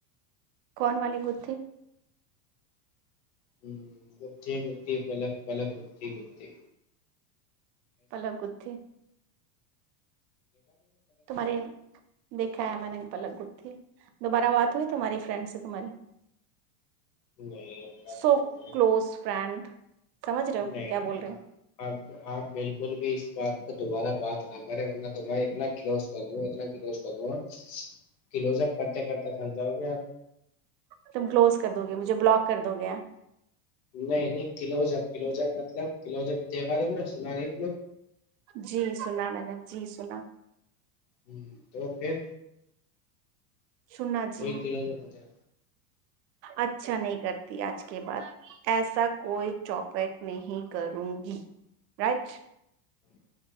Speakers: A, on the right (about 85°); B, on the left (about 80°).
A: کون والی گھیھی
B: ہوں گتی گتی پلک پلک گتی گتی
A: پلک گھی تمہاریے دیکھا ہے میں نے پلک گ دوبارہ بات ہوئی تمہاری فرینڈ سے تمہاری
B: نہیں ان
A: سو
B: کر
A: کلوز فرینڈ سمجھ رہے ہو
B: نہیں
A: کیا
B: نہیں
A: بول رہی ہوں؟
B: اب آپ بالکل بھی اس بات پہ دوبارہ بات نہ کریں ورنہ دومہارے اتنا گلوز کر دوں اتنا گلوز کر دوںا کلوز اپ کرتے کرتے تھک جاؤ گے آپ
A: تم کلوز کر دو گے مجھے بلاک کر دو گے
B: نہیں نہیں کلو ہو جب کلو جب مطلب کلو ج دیکھا تو سنا نہیں
A: جی سنا میں نے جی سنا
B: ہ تو پھر
A: سنا جی
B: وہی کرو ج ہوتےا
A: اچھا نہیں کرتی آج کے بعد ایسا کوئی چپ پیک نہیں کروں گی رائ <unintelligible>
B: جی